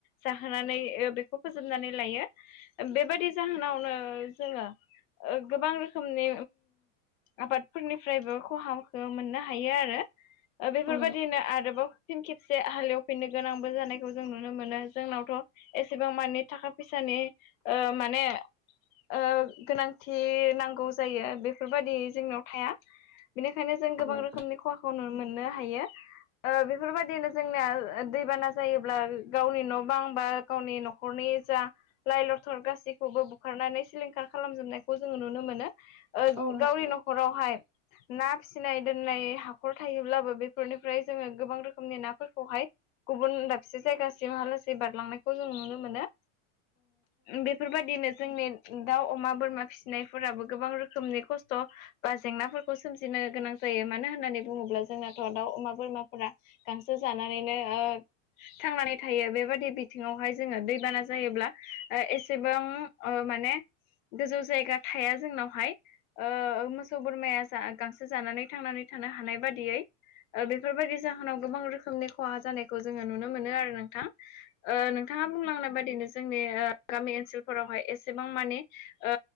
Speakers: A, on the left; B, in the centre.
A: जाहोनानै बेखौ फोजोबनानै लायो बेबादि जाहोनावनो जोङो गोबां रोखोमनि आबादफोरनिफ्रायबो खहा मोननो हायो आरो बेफोरबायदिनो
B: औ
A: आरोबाव फिन खेबसे हालेवफिननो गोनांबो जानायखौ जों नुनो मोनो जोंनावथ' एसेबां माने थाखा फैसानि माने ओ गोनांथि नांगौ जायो बेफोरबायाददि जोंनाव थाया। बेनिखायनो जों गोबां
B: औ नोंथां औ नोंथां
A: रोखोमनि खहाखौ नु मोननो हायो। बेफोरबायदिनो जोंनिया दैबाना जायोब्ला गावनि न' बां बा गावनि न'खरनि जा लाइ ल क्टर गासैखौबो बुखारनानै सिलिंखार खालामजोबनायखौ जोङो नुनो मोनो।
B: औ नोंथां
A: गावनि न'खरावहाय ना फिसिनाय दोननाय हाखर थायोब्लाबो बेफोरनिफ्राय जोङो गोबां रोखोमनि नाफोरखौहाय गुबुन दाबसे जायगासिमहा लासै बारलांनायखौ जों नुनो मोनो। बेफोरबायदिनो जोंनि दाउ अमा बोरमा फिसिनायफोराबो गोबां रोखोमनि खस्थ' बा जेंनाफोरखौ सोमजिनो गोनां जायो मानो होननानै बुङोब्ला जोंनाथ' दाउ अमा बोरमाफोरा गांसो जानानैनो ओ थांनानै थायो बेबायदि बिथिङावहाय जोङो दैबाना जायोब्ला एसेबां माने गोजौ जायगा थाया जोंनावहाय मोसौ बोरमाया जा गांसो जानानै थांनानै थानो हानाय बादियै बेफोरबायदि जाहोनाव गोबां रोखोमनि खहा जानायखौ जोङो नुनो मोनो आरो नोंथां। नोंथाङा बुंलांनाय बायदिनो जोंनि ओ गामि ओनसोलफोरावहाय एसेबां माने ओ